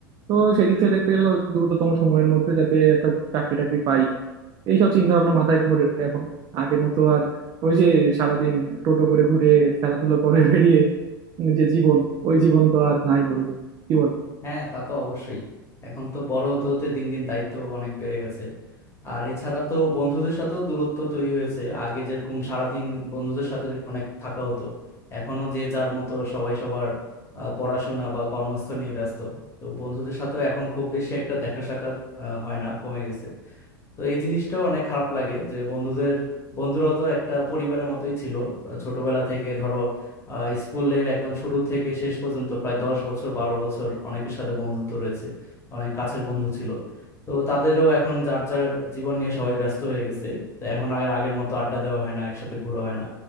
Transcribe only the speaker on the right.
তো সেই দিক থেকে দেখতে গেলে দ্রুততম সময়ের মধ্যে যাতে একটা চাকরি টাকরি পাই এইসব চিন্তা ভাবনা মাথায় ঘোরে এখন আগের মতো আর ওই যে সারাদিন টোটো করে ঘুরে খেলাধুলো করে বেরিয়ে যে জীবন ওই জীবন তো আর নাই বন্ধু কি বলো